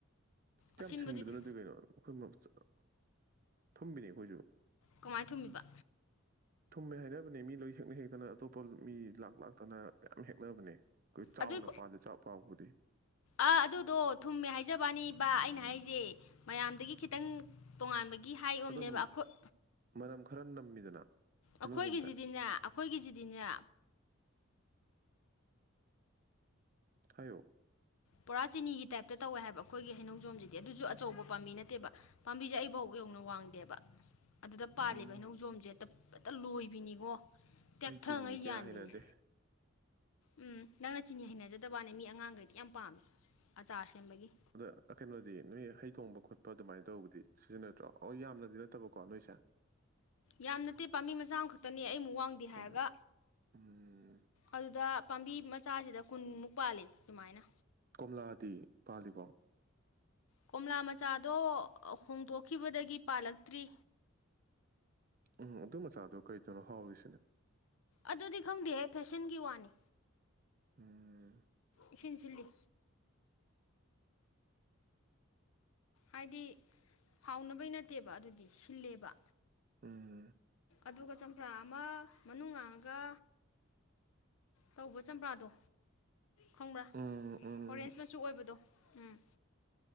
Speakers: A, on the right; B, on the left.
A: ꯀ꯭ꯌꯥꯝ
B: ꯑꯁꯤꯟꯕꯗꯨꯗꯤ
A: ꯁꯤꯟꯕꯗꯨ ꯅꯠꯇꯦ ꯀꯩꯅꯣ ꯑꯩꯈꯣꯏ <unintelligible> ꯊꯨꯝꯕꯤꯅꯤ ꯑꯩꯈꯣꯏꯁꯨ
B: ꯀꯃꯥꯏ ꯊꯨꯝꯃꯤꯕ
A: ꯊꯨꯝꯃꯦ ꯍꯥꯏꯅꯕꯅꯦ ꯃꯤ ꯂꯣꯏ ꯍꯦꯛꯅ ꯍꯦꯛꯇꯅ ꯑꯇꯣꯞꯄ ꯃꯤ ꯂꯥꯛ ꯂꯥꯛꯇꯅ ꯃꯌꯥꯝ ꯍꯦꯛꯅꯕꯅꯦ ꯈꯣꯏ ꯆꯥꯎꯅ
B: ꯑꯗꯨꯏ
A: ꯄꯥꯜꯂꯦ ꯆꯥꯛ ꯄꯥꯎꯕꯨꯗꯤ
B: ꯑꯥ ꯑꯗꯨꯗꯣ ꯊꯨꯝꯃꯦ ꯍꯥꯏꯖꯕꯋꯥꯅꯤꯕ ꯑꯩꯅ ꯍꯥꯏꯁꯦ ꯃꯌꯥꯝꯗꯒꯤ ꯈꯤꯇꯪ ꯇꯣꯉꯥꯟꯕꯒꯤ ꯒꯤ ꯍꯥꯏ ꯑꯣꯝꯅꯦꯕ
A: ꯑꯗꯨꯝ
B: ꯑꯈꯣꯏ
A: ꯃꯅꯝ ꯈꯔ ꯅꯝꯃꯤꯗꯅ ꯍꯩꯅꯧꯖꯝꯁꯦ
B: ꯑꯩꯈꯣꯏꯒꯤꯁꯤꯗꯤꯅꯦ ꯑꯩꯈꯣꯏꯒꯤꯖꯤꯗꯤꯅꯦ
A: ꯍꯥꯏꯌꯣ
B: ꯄꯨꯔꯥ ꯆꯤꯅꯤꯒꯤ ꯇꯥꯏꯞꯇ ꯇꯧꯋꯦ ꯍꯥꯏꯕ ꯑꯩꯈꯣꯏꯒꯤ ꯍꯩꯅꯧꯖꯣꯝꯁꯤꯗꯤ ꯑꯗꯨꯁꯨ ꯑꯆꯧꯕ ꯄꯥꯝꯕꯤ ꯅꯠꯇꯦꯕ ꯄꯥꯝꯕꯤꯁꯦ ꯑꯩꯕꯥꯎ ꯌꯧꯅ ꯋꯥꯡꯗꯦꯕ ꯑꯗꯨꯗ ꯄꯥꯜꯂꯤꯕ
A: ꯎꯝ
B: ꯍꯩꯅꯧꯖꯣꯝꯁꯦ ꯇ ꯍꯦꯛꯇ ꯂꯣꯏꯕꯤꯅꯤꯉꯣ ꯇꯦꯛꯊꯉꯩ
A: ꯑꯩ ꯆꯤꯟꯁꯦ ꯀ꯭ꯌꯥ
B: ꯌꯥꯟꯕꯤꯅꯤ
A: ꯍꯩꯅꯗꯦ
B: ꯎꯝ ꯅꯪꯅ ꯆꯤꯅꯤ ꯍꯩꯅꯖꯗꯕꯋꯥꯅꯦ ꯃꯤ ꯑꯉꯥꯡꯈꯩꯗꯤ ꯌꯥꯝ ꯄꯥꯝꯃꯦ ꯑꯆꯥꯔ ꯁꯦꯝꯕꯒꯤ
A: ꯑꯗ ꯀꯩꯅꯣꯗꯤ ꯅꯣꯏ ꯍꯩ ꯊꯣꯡꯕ ꯈꯣꯠ ꯄ ꯗꯨꯃꯥꯏꯅ ꯇꯧꯕꯗꯤ ꯁꯤꯖꯤꯟꯅꯗ꯭ꯔꯣ ꯑꯣ ꯌꯥꯝꯅꯗꯤ ꯅꯠꯇꯕꯀꯣ ꯅꯣꯏꯁꯦ
B: ꯌꯥꯝ ꯅꯠꯇꯦ ꯄꯥꯝꯕꯤ ꯃꯆꯥ ꯑꯝꯈꯛꯇꯅꯦ ꯑꯩꯃꯨꯛ ꯋꯥꯡꯗꯦ
A: ꯆꯨꯝꯃꯦ
B: ꯍꯥꯏꯔꯒ
A: ꯎꯝ
B: ꯑꯗꯨꯗ ꯄꯥꯝꯕꯤ ꯃꯆꯥꯁꯤꯗ ꯀꯨꯟꯃꯨꯛ ꯄꯥꯜꯂꯦ ꯗꯨꯃꯥꯏꯅ
A: ꯂꯥꯗꯤ ꯄꯥꯜꯂꯤꯕꯣ
B: ꯀꯣꯝꯂꯥ ꯃꯆꯥꯗꯣ ꯍꯣꯡꯗꯣꯛꯈꯤꯕꯗꯒꯤ ꯄꯥꯜꯂꯛꯇ꯭ꯔꯤ
A: ꯎꯝ ꯑꯗꯨ ꯃꯆꯥꯗꯣ ꯀꯔꯤꯇꯅꯣ ꯍꯥꯎꯔꯤꯁꯤꯅ
B: ꯑꯗꯨꯗꯤ ꯈꯪꯗꯦꯍꯦ ꯐꯦꯁꯟꯒꯤ ꯋꯥꯅꯤ
A: ꯎꯝ
B: ꯏꯁꯤꯟ ꯁꯤꯜꯂꯤ ꯍꯥꯏꯗꯤ ꯍꯥꯎꯅꯕꯩ ꯅꯠꯇꯦꯕ ꯑꯗꯨꯗꯤ ꯁꯤꯜꯂꯦꯕ
A: ꯎꯝ
B: ꯑꯗꯨꯒ ꯆꯝꯄ꯭ꯔꯥ ꯑꯃ ꯃꯅꯨꯡ ꯉꯥꯡꯉꯒ ꯇꯧꯕ ꯆꯝꯄ꯭ꯔꯥꯗꯣ ꯈꯪꯕ꯭ꯔꯥ
A: ꯎꯝ ꯎꯝ
B: ꯑꯣꯔꯦꯟꯖ ꯃꯆꯨ ꯑꯣꯏꯕꯗꯣ ꯎꯝ